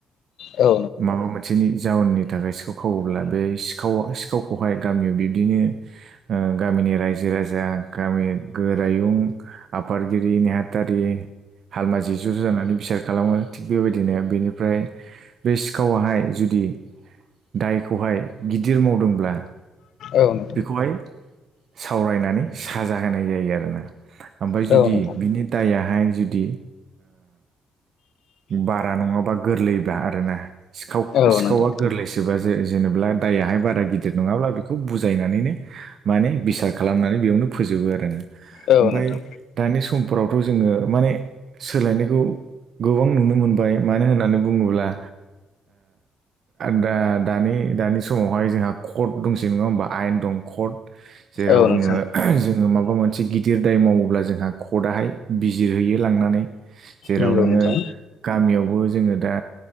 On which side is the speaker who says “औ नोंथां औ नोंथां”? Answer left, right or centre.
Left